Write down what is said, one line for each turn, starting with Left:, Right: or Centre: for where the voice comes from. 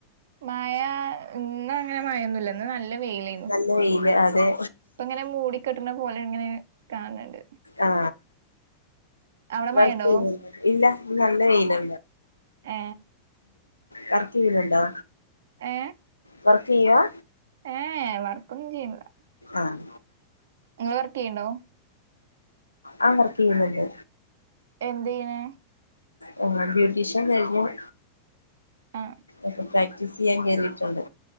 Right: മയ ഇന്നങ്ങനെ മയെന്നുല്ല. ഇന്ന് നല്ല വെയിലേന്നു
Left: നല്ല വെയില് അതെ.
Right: ഇപ്പ ഇങ്ങനെ മൂടിക്കെട്ടണ പോലെ ഇങ്ങനെ കാണണ് ണ്ട്.
Left: ആ
Right: അവിടെ
Left: വർക്ക്
Right: മഴയുണ്ടോ
Left: ചെയ ഇല്ല ഇന്ന് നല്ല വെയിലോ
Right: ആ
Left: വർക്ക് ചെയുന്നുണ്ടോ?
Right: ഏ
Left: വർക്ക് ചെയ്യുവ
Right: ഏ വർക്കൊന്നും ചെയ്യണില്ല.
Left: ആഹ്
Right: നിങ്ങള് വർക്കെയുണ്ടോ?
Left: ആ വർക്ക് ചെയ്യുന്നുണ്ട്.
Right: എന്തീനെ
Left: ആ ബ്യൂട്ടീഷ്യൻ കഴിഞ് ഞൻ
Right: ആ
Left: ഇപ്പ പ്രാക്ടീസ് സ്യാൻ കേറിട്ടുണ്ട്.